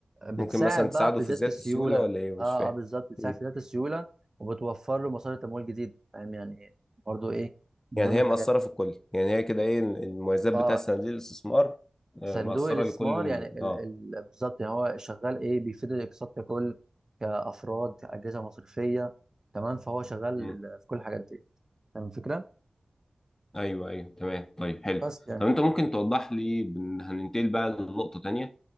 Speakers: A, on the right (about 30°); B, on the left (about 20°).
A: بتساعد
B: ممكن مثلا تساعده
A: بقى في
B: في
A: زياده
B: زياده
A: السيوله
B: السيوله ولا ايه
A: اه
B: مش فاهم
A: اه بالظبط بتساعد
B: م.
A: في زياده السيوله وبتوفر له مصادر تمويل جديد فاهم يعني ايه برضه ايه من
B: يعني
A: ضمن
B: هي
A: الحاجات
B: مأثره
A: يعني.
B: في الكل يعني هي كده ايه المميزات
A: اه
B: بتاع صناديق الاستثمار آه،
A: صندوق
B: مأثره
A: الاستثمار
B: لكل ال-
A: يعني ال...
B: اه
A: ال... بالظبط يعني هو شغال ايه بيفيد الاقتصاد ككل كافراد كاجهزه مصرفيه تمام فهو شغال
B: م.
A: ال- في كل الحاجات دي فاهم الفكره
B: ايوه ايوه تمام طيب حلو
A: بس يعني
B: طب انت ممكن توضح لي بن- هننتقل بقى لنقطة تانية